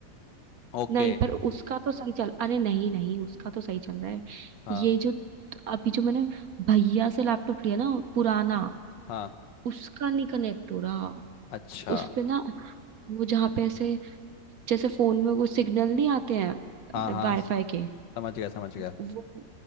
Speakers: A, on the left; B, on the right.
A: ओके
B: नहीं पर उसका तो सही चल अरे नहीं नहीं उसका तो सही चल रहा है
A: हाँ
B: ये जो अभी जो मैंने भैया से लैपटॉप लिया ना पुराना
A: हाँ
B: उसका नहीं कनेक्ट हो रहा
A: अच्छा
B: उस पे ना वो जहाँ पे ऐसे जैसे फोन में वो सिग्नल नहीं आते हैं
A: हाँ हाँ
B: वाईफाई के
A: समझ गया समझ गया
B: वो